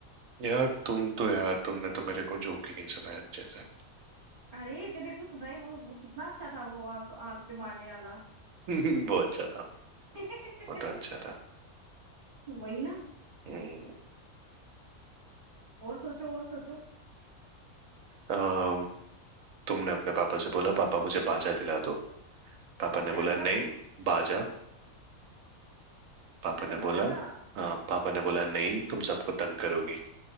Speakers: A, on the right (about 70°); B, on the right (about 40°).
A: यार तुम तो यार तुमने तो मेरे को जोक ही नहीं सुनाया अच्छे से
B: अरे तेरे तो सुनाई वो वो कितना अच्छा था वो आग आग पे मारने वाला
A: <laughs> वो अच्छा था
B: <laughs>
A: वो तो अच्छा था
B: वही ना
A: हम्म
B: और सोचो और सोचो
A: अम, तुमने अपने पापा से बोला पापा मुझे बाजा दिला दो पापा ने
B: क्या
A: बोला
B: जला
A: नहीं
B: दो
A: बाजा पापा
B: अच्छा
A: ने बोला
B: बाजा
A: हाँ पापा ने बोला नहीं तुम सबको तंग करोगी